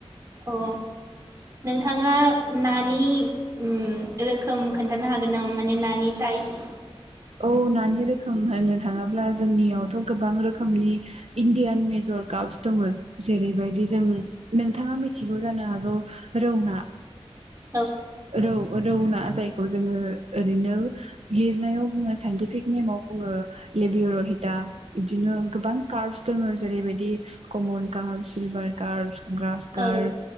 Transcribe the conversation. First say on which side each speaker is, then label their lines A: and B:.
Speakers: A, on the right (about 30°); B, on the right (about 75°).
A: अ। नोंथाङा नानि उम रोखोम खोनथानो हागोन नामा माने ना नानि टाइप्स
B: औ नानि रोखोम होननो थाङोब्ला जोंनियावथ' गोबां रोखोमनि इण्डियान मेजर <unintelligible> दङो जेरैबायदि जों नोंथाङा मिथिगौ जानो हागौ रौ ना।
A: <inaudible>
B: रौ रौ ना जाय खौ जोङो ओरैनो लिरनायाव बुङो साइनटिफिक नेमाव बुङो लेबेयरहिथा बिदिनो गोबां कार्बस दोङो। जेरैबायदि कमन कार्बस सिलभार कार्बस ग्रास कार्ब,
A: औ